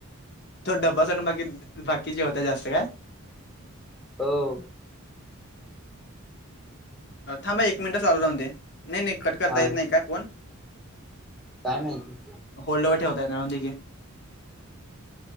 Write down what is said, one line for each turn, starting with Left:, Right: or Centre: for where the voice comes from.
Left: थोड ड्बा स बाकी बाकीचे होत जास्त काय
Centre: हो
Left: थांबा एक मिनिटच लालू लावून दे नाही नाही कट करता
Centre: हा
Left: येत नाही काय फोन
Centre: काय माहिती
Left: होल्डवर ठेवताय ना राहंदी